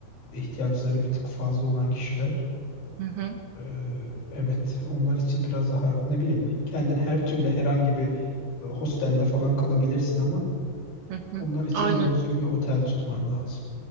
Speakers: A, on the left; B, on the right.
A: ihtiyaçları bir tık fazla olan kişiler.
B: hı hı,
A: eee, evet onlar için biraz daha ne bileyim kendin her türlü herhangi bir e, hostelde falan kalabilirsin ama
B: hı hı.
A: onlar için
B: Aynen.
A: doğru düzgün bir otel tutman lazım.